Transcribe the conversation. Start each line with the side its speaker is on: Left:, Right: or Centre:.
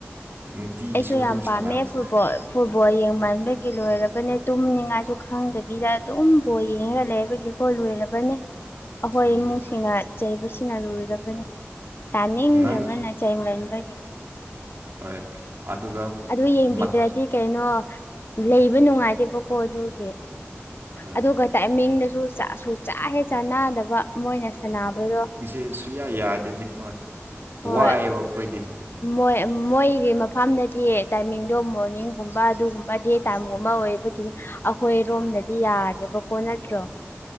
Right: ꯅꯨꯡꯇꯤꯒꯤꯁꯨ
Left: ꯑꯩꯁꯨ
Right: ꯑꯗꯨꯝ
Left: ꯌꯥꯝ
Right: ꯁꯥꯟꯅꯕ
Left: ꯄꯥꯝꯃꯦ
Right: ꯆꯠꯂꯦ
Left: ꯐꯨꯠꯕꯣ ꯐꯨꯠꯕꯣꯜ ꯌꯦꯡꯃꯟꯕꯒꯤ ꯂꯣꯏꯔꯕꯅꯦ ꯇꯨꯝꯅꯤꯡꯉꯥꯏꯁꯨ ꯈꯪꯗꯕꯤ ꯗ ꯑꯗꯨꯝ ꯕꯣ ꯌꯦꯡꯉꯒ ꯂꯩꯕꯒꯤꯀꯣ ꯂꯣꯏꯔꯕꯅꯦ ꯑꯩꯈꯣꯏ
Right: ꯎꯝ
Left: ꯏꯃꯨꯡꯁꯤꯡꯅ ꯆꯩꯁ ꯁꯤꯅ ꯂꯣꯏꯔꯕꯅꯤ ꯇꯥꯅꯤꯡꯗꯕꯅ
Right: ꯅꯪ
Left: ꯆꯩꯥꯏꯃꯟꯕꯒꯤ
Right: ꯍꯣꯏ ꯑꯗꯨꯒ
Left: ꯑꯗꯨ ꯌꯦꯡꯕꯤꯗ꯭ꯔꯗꯤ
Right: ꯃꯠ
Left: ꯀꯩꯅꯣ ꯂꯩꯕ ꯅꯨꯡꯉꯥꯏꯗꯦꯕꯀꯣ ꯑꯗꯨꯒꯤ
Right: ꯍꯣꯏ ꯑꯩꯈꯣꯏ
Left: ꯑꯗꯨꯒ ꯇꯥꯏꯃꯤꯡꯗꯁꯨꯁꯨ ꯆꯥ ꯍꯦ ꯆꯥꯅꯗꯕ ꯃꯣꯏꯅ ꯁꯥꯟꯅꯕꯗꯣ
Right: ꯁꯤ ꯁꯨꯌꯥ ꯌꯥꯗꯅꯤ ꯍꯣꯏ
Left: ꯍꯣꯏ
Right: ꯋꯥꯏꯑꯦꯕ ꯑꯩꯈꯣꯏꯗꯤ
Left: ꯃꯣꯏ ꯃꯣꯏꯒꯤ ꯃꯐꯝꯗꯗꯤ ꯇꯥꯏꯃꯤꯡꯗꯣ ꯃꯣꯔꯅꯤꯡꯒꯨꯝꯕ ꯑꯗꯨꯒꯨꯝꯕꯗꯤ ꯇꯥꯏꯝꯒꯨꯝꯕ ꯑꯣꯏ ꯅꯤ ꯑꯩꯈꯣꯏꯔꯣꯝꯗꯗꯤ ꯌꯥꯗꯦꯕꯀꯣ ꯅꯠꯇ꯭ꯔꯣ